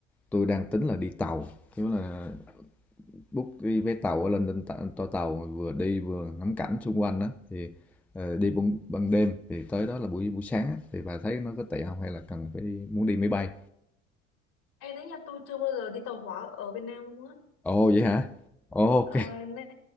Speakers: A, in the centre; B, on the left (about 60°).
A: tôi đang tính là đi tàu, tức là book cái vé tàu ở lên lên ta- toa tàu vừa đi vừa ngắm cảnh xung quanh đó, thì ờ, đi ban, ban đêm thì tới đó là buổi buổi sáng á, thì bà thấy nó có tệ không hay là cần phải đi, muốn đi máy bay?
B: Ê đấy nhà tôi chưa bao giờ đi tàu hỏa ở Việt Nam luôn á.
A: Ồ vậy hả? Ồ, ok
B: Ờ, nè,